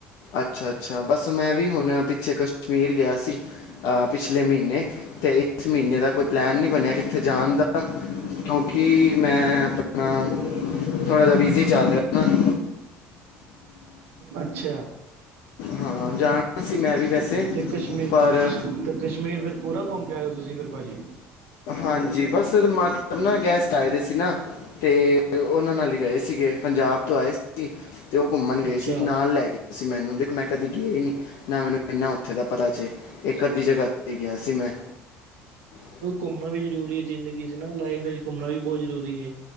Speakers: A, on the left; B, on the right.
A: ਅੱਛਾ-ਅੱਛਾ ਬਸ ਮੈਂ ਵੀ ਹੁਣ ਪਿੱਛੇ ਕਸ਼ਮੀਰ ਗਿਆ ਸੀ। ਪਿਛਲੇ ਮਹੀਨੇ ਤੇ ਇਸ ਮਹੀਨੇ ਦਾ ਕੋਈ ਪਲੈਨ ਨਹੀਂ ਬਣਿਆ ਕਿੱਥੇ ਜਾਣ ਦਾ ਕਿਉਂਕਿ ਮੈਂ ਆਪਣਾ ਥੋੜ੍ਹਾ ਜਿਹਾ ਬਿਜ਼ੀ ਚੱਲ ਰਿਹਾ ਨਾ <unintelligible>
B: ਅੱਛਾ।
A: ਹਾਂ ਜਾਣਾ ਸੀ। ਮੈਂ ਵੀ ਵੈਸੇ
B: ਤੇ ਕਸ਼ਮੀਰ
A: ਪਰ
B: ਤੇ ਕਸ਼ਮੀਰ ਫਿਰ ਪੂਰਾ ਘੁੰਮ ਕੇ ਆਏ ਹੋ ਤੁਸੀਂ ਫਿਰ ਪਾਜੀ।
A: ਹਾਂਜੀ ਬਸ ਮਤਲਬ ਨਾ ਗੈਸਟ ਆਏ ਦੇ ਸੀ ਨਾ ਤੇ ਉਹਨਾਂ ਨਾਲ ਹੀ ਗਏ ਸੀਗੇ ਪੰਜਾਬ ਤੋਂ ਆਏ ਸੀਗੇ। ਤੇ ਉਹ ਘੁੰਮਣ ਗਏ
B: ਅੱਛਾ,
A: ਸੀ ਨਾਲ ਲੈ ਕੇ- ਸੀ ਮੈਨੂੰ ਦੇਖ ਮੈਂ ਕਦੀ ਗਏ ਹੀ ਨੀ ਨਾ ਮੈਨੂੰ ਇੰਨਾ ਉੱਥੇ ਦਾ ਪਤਾ ਚ ਇੱਕ ਅੱਧੀ ਜਗ੍ਹਾ ਤੇ ਗਿਆ ਸੀ ਮੈਂ- <inaudible>
B: ਘੁੰਮਣਾ ਵੀ ਜ਼ਰੂਰੀ ਏ ਜ਼ਿੰਦਗੀ ਚ ਨਾ ਲਾਈਫ ਵਿੱਚ ਘੁੰਮਣਾ ਵੀ ਬਹੁਤ ਜ਼ਰੂਰੀ ਏ।